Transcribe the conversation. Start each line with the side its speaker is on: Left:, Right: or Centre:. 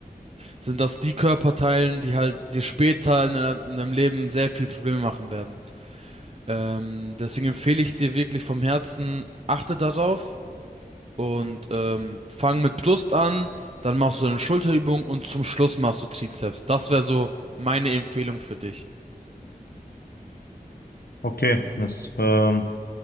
Right: sind das die Körperteilen, die halt dir später in, deiner- in deinem Leben sehr viel Probleme machen werden. Ähm, deswegen empfehle ich dir wirklich vom Herzen, achte darauf und ähm, fang mit Brust an, dann machst du eine Schulterübung und zum Schluss machst du Trizeps. Das wäre so meine Empfehlung für dich.
Left: Okay, das ähm,